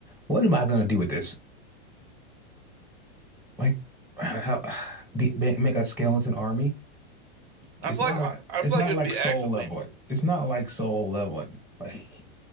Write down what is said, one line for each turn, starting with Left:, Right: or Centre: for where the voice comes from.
Centre: what am I gonna do with this? Like <sighs> how, be, make make a skeleton army?
Right: I
Centre: It's
Right: feel
Centre: not
Right: like I,
Centre: like
Right: I
Centre: it's
Right: feel
Centre: not
Right: like it
Centre: like
Right: would be
Centre: soul
Right: actively.
Centre: leveling. It's not like soul leveling. Like